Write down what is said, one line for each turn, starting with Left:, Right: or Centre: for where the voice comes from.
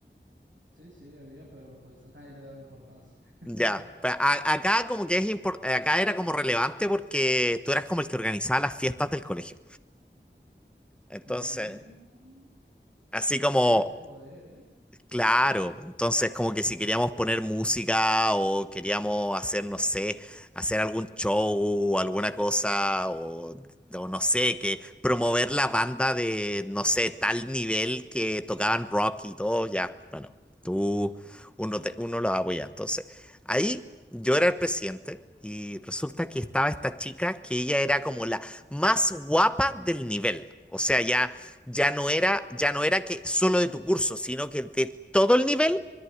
Right: sí, sí, había, pero pues nadie le daba importancia. <laughs>
Centre: ya, Pa- a- acá como que es impor- acá era como relevante porque tú eras como el que organizaba las fiestas del colegio. Entonces,
Right: Mm,
Centre: así como
Right: Tenías poder, ¿eh?
Centre: Claro, entonces como que si queríamos poner música o queríamos hacer, no sé, hacer algún show, alguna cosa, o, o no sé, que promover la banda de, no sé, tal nivel que tocaban rock y todo, ya, bueno, tú, uno, te- uno los apoya. Entonces, ahí yo era el presidente y resulta que estaba esta chica que ella era como la más guapa del nivel. O sea, ya ya no era, ya no era que solo de tu curso, sino que de todo el nivel,